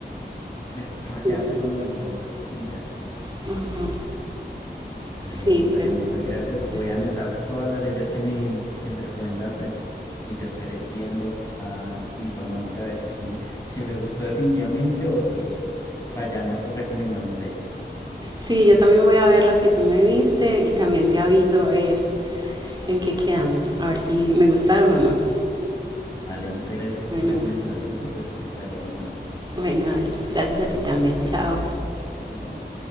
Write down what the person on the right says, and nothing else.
Sí.
Ajá,
sí,
pero.
bueno.
Sí, yo también voy a ver las que tú me viste y también te aviso a ver en qué quedamos, a ver si me gustaron o no.
Bueno,
dale.
bueno, dale. Gracias a ti también. Chao.